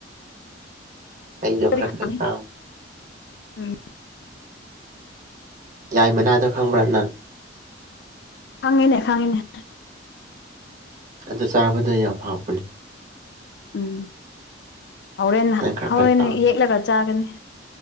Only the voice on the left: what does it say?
ꯈꯪꯉꯦ
ꯎꯝ
ꯈꯪꯉꯤꯅꯦ ꯈꯪꯉꯤꯅꯦ
ꯎꯝ ꯍꯣꯔꯦꯟ
ꯍꯣꯔꯦꯟꯅꯦ
ꯌꯦꯛꯂꯒ ꯆꯥꯒꯅꯤ